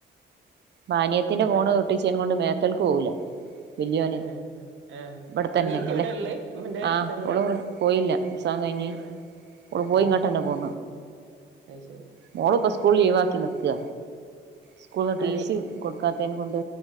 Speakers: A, on the right; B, on the right.
A: മാനയത്തിന്റെ ഫോണ്
B: ഉം
A: ഒട്ടിച്ചെൻ കൊണ്ട് മേ മറ്റൽക്ക് പോവൂല. വലിയോന്
B: ആഹ് ആഹ് ആഹ്
A: ഇവിടെത്തന്നെ
B: അനിയത്തി
A: അല്ലെ
B: ഇവിടെ ഉള്ളേ ഉമ്മന്റെ അടുത്തുള്ളേ
A: ആ ഓള് പോയില്ല എക്സാം കഴി
B: ആഹ്
A: ഒരു
B: ആഹ്
A: പോയിങ്ങട്ട
B: ആഹ്
A: പോ
B: അത് ശരി
A: മോള പ സ്കൂൾ വാത്തി നിക്ക് സ്കൂട്ടീസി
B: ആര്
A: കൊ ക്കാത്തേൻ കൊണ്ട്